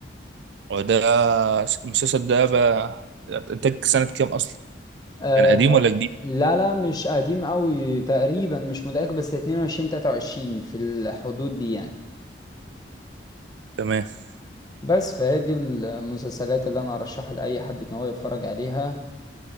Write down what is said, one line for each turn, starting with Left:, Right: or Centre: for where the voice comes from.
Right: هو ده المسلسل ده بقى إنتاج سنة كام أصلا؟
Left: آه،
Right: كان قديم ولا جديد؟
Left: لا لا مش قديم قوي تقريبا مش متأكد بس 22 23 في الحدود دي يعني
Right: تمام
Left: بس فهي دي المسلسلات اللي أنا أرشحها لأي حد إن هو يتفرج عليها